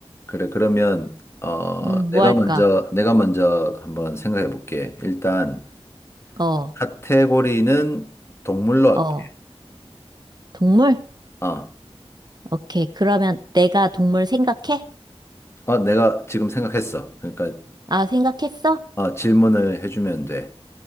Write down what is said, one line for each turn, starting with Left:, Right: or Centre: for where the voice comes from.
Left: 그래, 그러면, 어,
Right: 음,
Left: 음. 내가
Right: 뭐 할까?
Left: 먼저, 내가 먼저 한번 생각해 볼게. 일단,
Right: 어,
Left: 카테고리는 동물로 할게.
Right: 어, 동물?
Left: 어,
Right: 오케이. 그러면 내가 동물 생각해?
Left: 어, 내가 지금 생각했어. 그러니까,
Right: 아, 생각했어?
Left: 어, 질문을 해주면 돼.